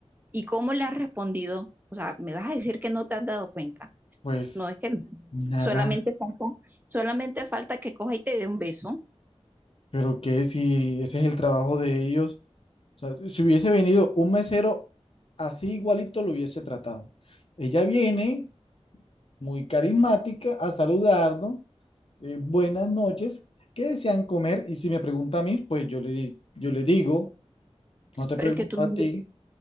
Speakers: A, on the right; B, on the left.
A: ¿Y cómo le has respondido? O sea, me vas a decir que no te has dado cuenta.
B: Pues
A: No es que
B: nada,
A: solamente falta, solamente falta que coja y te dé un beso.
B: pero que si ese es el trabajo de ellos, O sea, si hubiese venido un mesero así igualito, lo hubiese tratado. Ella viene muy carismática a saludarnos, eh, buenas noches, ¿qué desean comer? Y si me pregunta a mí, pues yo le, yo le digo, no te
A: Pero
B: pregunto
A: es que tú
B: a
A: no,
B: ti,
A: vi-